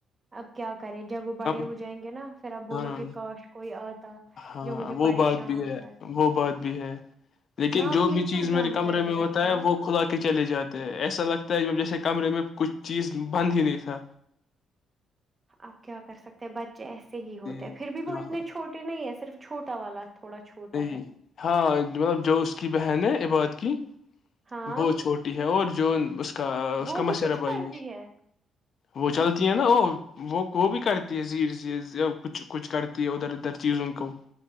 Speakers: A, on the right; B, on the left.
A: اب کیا کرے جب وہ بڑے
B: اب
A: ہو جائیں گے نا پھر اپ بولو
B: ہاں
A: کہ کاشٹ کوئی آتا
B: ہاں
A: جو مجھے
B: وہ
A: پریشان
B: بات بھی ہے
A: کرتا
B: وہ بات بھی ہے لیکن
A: ناک
B: جو
A: میں
B: بھی
A: کیوں
B: چیز میرے
A: دم
B: کمرے
A: کر کے
B: میں
A: رکھا
B: ہوتا ہے وہ کھلا کے چلے جاتے ہیں ایسا لگتا ہے جب جیسے کہ کمرے میں کچھ چیز بند ہی نہیں تھا
A: آپ کیا کر سکتے ہیں بچے ایسے ص ہی ہوتا
B: جی
A: پھر بھی وہ
B: ہاں
A: اتنے چھوٹے نہیں ہیں صرف چھوٹا والا تھوڑا چھوٹا
B: نہیں
A: ہے
B: ہاں مب جو اس کی بہن ہے عباد کی
A: ہاں
B: وہ چھوٹی ہے اور جو اس کا اس
A: وہ
B: کا مشرہ
A: بھی کچھ
B: بھائی
A: کرتی ہے
B: وہ چلتی ہے نا وہ وہ وہ بھی کرتی ہے زیر کچھ کچھ کرتی ہے ادھر ادھر چیزوں کو